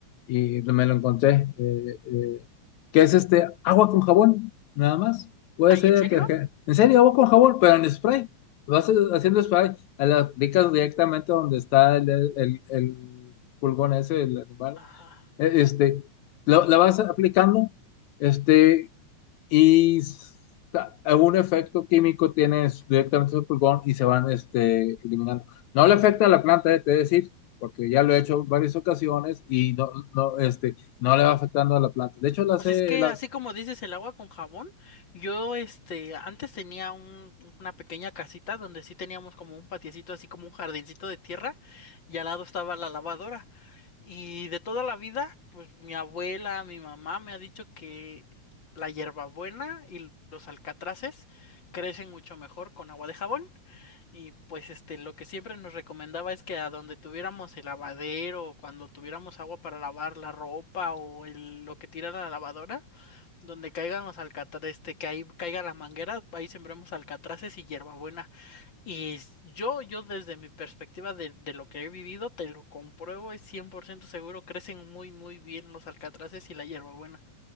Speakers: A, on the left; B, on the left.
A: y me lo encontré, eh, eh, que es este agua con jabón, nada más. Puede
B: ¿Ay,
A: ser
B: en serio?
A: detergente. En serio, agua con jabón, pero en spray. Vas haciendo spray, a las aplicas directamente donde está el, el, el pulgón ese, el animal.
B: Ajá.
A: Eh, Este, la la vas aplicando. Este, y sa- algún efecto químico tienes directamente su pulgón y se van este, eliminando. No le afecta a la planta, eh, te he de decir, porque ya lo he hecho varias ocasiones y no, no, este, no le va afectando a la planta. De hecho, las
B: Pues
A: he,
B: es que
A: las...
B: así como dices el agua con jabón, yo este antes tenía un, una pequeña casita donde sí teníamos como un patiecito, así como un jardincito de tierra, y al lado estaba la lavadora. Y de toda la vida, pues mi abuela, mi mamá me ha dicho que la hierbabuena y los alcatraces crecen mucho mejor con agua de jabón. Y pues este, lo que siempre nos recomendaba es que a donde tuviéramos el lavadero, o cuando tuviéramos agua para lavar la ropa o el- lo que tira la lavadora, donde caigan los alcatraces, este, que ahí caiga la manguera, ahí sembramos alcatraces y hierbabuena. Y s- yo, yo desde mi perspectiva de, de lo que he vivido, te lo compruebo, es 100% seguro, crecen muy, muy bien los alcatraces y la hierbabuena.